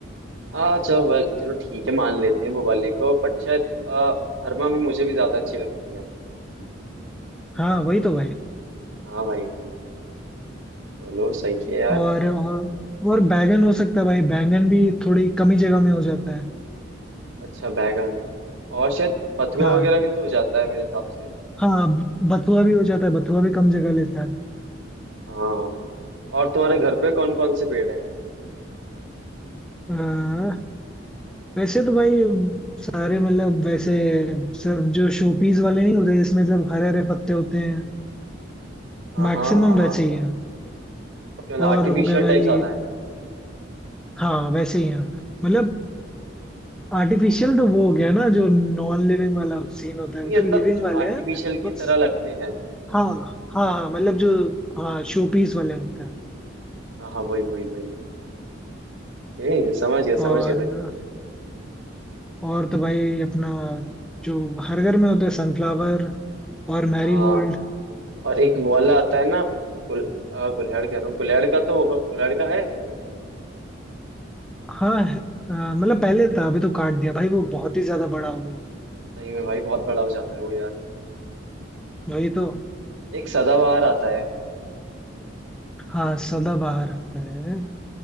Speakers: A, on the right (about 75°); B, in the centre.
A: हाँ चलो well, चलो ठीक है मान लेते हैं भोपाली को बट शायद अ, भरमा भी मुझे भी ज्यादा अच्छी लगती है
B: हाँ वही तो भाई
A: हाँ भाई बोलो सही है यार
B: और और और बैंगन हो सकता है भाई बैंगन भी थोड़ी कम ही जगह में हो जाता है
A: अच्छा बैगन और शायद बथुआ
B: हाँ
A: वगैरह भी तो हो जाता है मेरे हिसाब से
B: हाँ बथुआ भी हो जाता है बथुआ भी कम जगह लेता
A: हाँ और तुम्हारे घर पे कौन कौन से पेड़ हैं
B: है वैसे तो भाई सारे मतलब वैसे सिर्फ जो शोपीस वाले नहीं होते इसमें सिर्फ हरे हरे पत्ते होते हैं
A: हाँ
B: मैक्सिमम
A: हाँ
B: वैसे
A: हाँ
B: ही हैं
A: ओके मतलब
B: और
A: आर्टिफिशियल
B: हो गए भाई
A: टाइप ज्यादा है
B: हाँ वैसे ही हैं मतलब आर्टिफिशियल तो वो हो गया ना जो नॉन लिविंग वाला सीन होता है
A: नहीं
B: वो तो
A: मतलब
B: लिविंग
A: जो
B: वाले
A: आर्टिफिशियल
B: हैं बस
A: की तरह लगते हैं
B: हाँ हाँ हाँ मतलब जो हाँ शोपीस वाले होते हैं
A: हाँ हाँ वही वही वही ओके, समझ गया
B: और
A: समझ गया भाई समझ
B: और तो भाई अपना जो हर घर में होते हैं सनफ्लावर और मैरीगोल्ड
A: गया हाँ और एक वो वाला आता है ना गुल आ, गुल्हाड़ कह रहा हूँ गुल्हाड़ का तो होगा गुल्हाड़ का है पेड़
B: हाँ है- अ, मतलब पहले था अभी तो काट दिया भाई वो बहुत ही ज्यादा बड़ा हो गया
A: सही में भाई बहुत बड़ा हो जाता है वो यार
B: वही तो
A: एक सदाबहार आता है
B: हाँ सदाबहार आता है